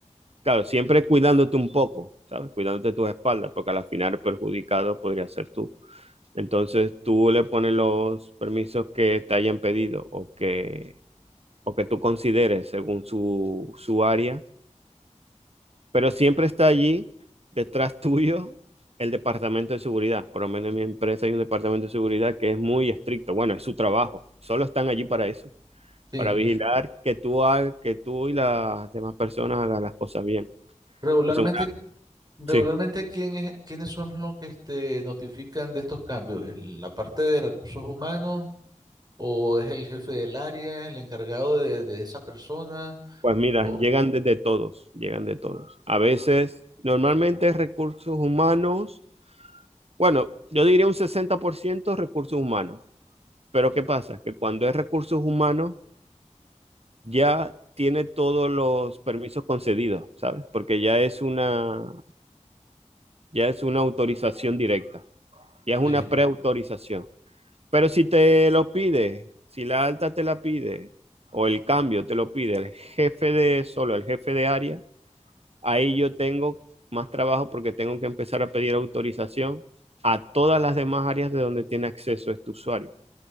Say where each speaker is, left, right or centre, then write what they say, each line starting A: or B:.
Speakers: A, on the right; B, on the right.
A: claro, siempre cuidándote un poco, ¿sabes? Cuidándote tus espaldas, porque al final el perjudicado podría ser tú. Entonces tú le pones los permisos que te hayan pedido o que, o que tú consideres según su, su área, pero siempre está allí detrás <laughs> tuyo el departamento de seguridad. Por lo menos en mi empresa hay un departamento de seguridad que es muy estricto. Bueno, es su trabajo. Solo están allí para eso.
B: sí.
A: para vigilar que tú, ha- que tú y las demás personas hagan las cosas bien.
B: Regularmente,
A: Entonces, una-
B: regularmente
A: sí,
B: ¿quién es- quiénes son los que este, notifican de estos cambios? ¿El- ¿La parte de recursos humanos o es el jefe del área, el encargado de, de esa persona?
A: pues mira,
B: O,
A: llegan desde todos, llegan de todos. A veces, normalmente recursos humanos, bueno, yo diría un 60% recursos humanos, pero ¿qué pasa? Que cuando es recursos humanos, ya tiene todos los permisos concedidos, ¿sabes? Porque ya es una, ya es una autorización directa, ya es una
B: sí,
A: preautorización. Pero si te lo pide, si la alta te la pide, o el cambio te lo pide el jefe de solo, el jefe de área, ahí yo tengo más trabajo porque tengo que empezar a pedir autorización a todas las demás áreas de donde tiene acceso este usuario.